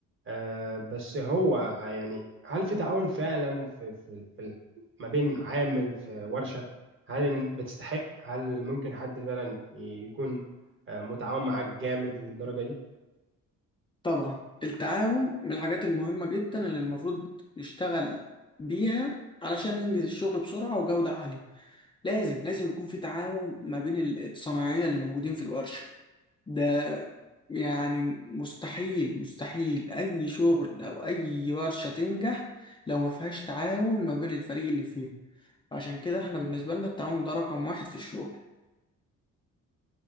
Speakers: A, on the right; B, on the left.
A: آه، بس هو آه، يعني هل في تعاون فعلا في في, في ال- ما بين عامل في ورشة هل إن- بتستحق هل ممكن حد فعلا ي- يكون آه، متعاون معاك جامد للدرجة دي
B: طبعا التعاون من الحاجات المهمة جدا اللي المفروض نشتغل بيها علشان ننجز الشغل بسرعة وجودة عالية لازم لازم يكون في تعاون ما بين ال- الصنايعية اللي موجودين في الورشة ده يعني مستحيل مستحيل أي شغل أو أي ورشة تنجح لو ما فيهاش تعاون ما بين الفريق اللي فيها عشان كده احنا بالنسبة لنا التعاون ده رقم واحد في الشغل